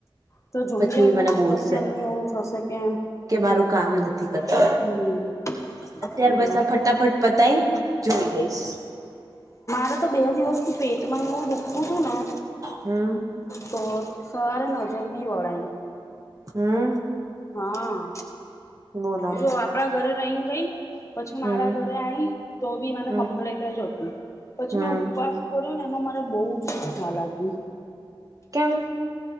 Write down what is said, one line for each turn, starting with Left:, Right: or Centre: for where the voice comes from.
Left: તો જોઈ
Right: પછી
Left: લેજો
Right: એ મને
Left: ને
Right: બોલશે
Left: પછી એમની એવું થશે કે
Right: કે મારું કામ નથી કરતું
Left: હમ
Right: અત્યારે
Left: બોલો
Right: બસ આ ફટાફટ તઈએજોઈ લઈશ
Left: રે તો બે દિવસથી પેટમાં એવું દુખું હતું ને
Right: હમ
Left: તો સવારે નજર બી વાળા
Right: હમ
Left: હા
Right: બોલો
Left: જો આપડા ઘરે રહી ગઈ પછી
Right: હમ
Left: મારા ઘરે આવીઈ તો બી મને
Right: હમ
Left: કમ્પ્લીટ જ હતું પછી
Right: હમ
Left: મેં ઉપવાસ કર્યો ને એમા મારે બોવ જ દુખવા લાગ્યું
Right: કેમ.